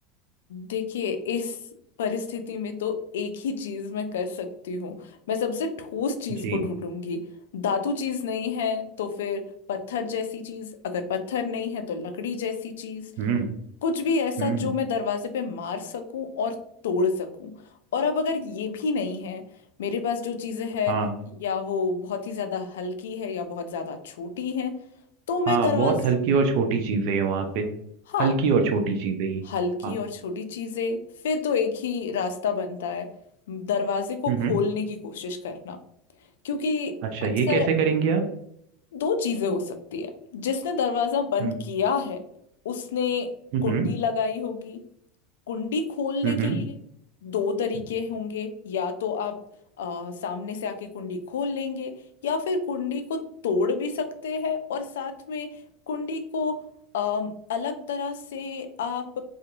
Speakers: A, on the left; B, on the right.
A: देखिए इस परिस्थिति में तो एक ही चीज मैं कर सकती हूँ मैं सबसे ठोस चीज
B: जी
A: को ढूंढूंगी धातु चीज नहीं है तो फिर पत्थर जैसी चीज अगर पत्थर नहीं है तो लकड़ी जैसी चीज
B: हम्म
A: कुछ भी ऐसा
B: हम्म
A: जो मैं दरवाजे पे मार सकूं और तोड़ सकूं और अब अगर ये भी नहीं है मेरे पास जो चीजें हैं
B: हाँ
A: या वो बहुत ही ज्यादा हल्की है या बहुत ज्यादा छोटी है तो मैं
B: हाँ
A: दरवाज
B: बहुत हल्की और छोटी चीजें हैं वहां पे
A: हाँ
B: हल्की और छोटी चीजें ही
A: हल्की
B: हाँ
A: और छोटी चीजें फिर तो एक ही रास्ता बनता है दरवाजे को
B: हम्म
A: खोलने
B: हम्म,
A: की कोशिश करना क्योंकि
B: अच्छा
A: अक्सर
B: ये कैसे करेंगे आप
A: दो चीजें हो सकती है जिसने दरवाजा बंद
B: हम्म
A: किया है उसने
B: हम्म
A: कुंडी लगाई होगी कुंडी खोलने
B: हम्म
A: के लिए दो तरीके
B: हम्म
A: होंगे या तो आप अ, सामने से आके कुंडी खोल लेंगे या फिर कुंडी को तोड़ भी सकते हैं और साथ में कुंडी को अम, अलग तरह से आप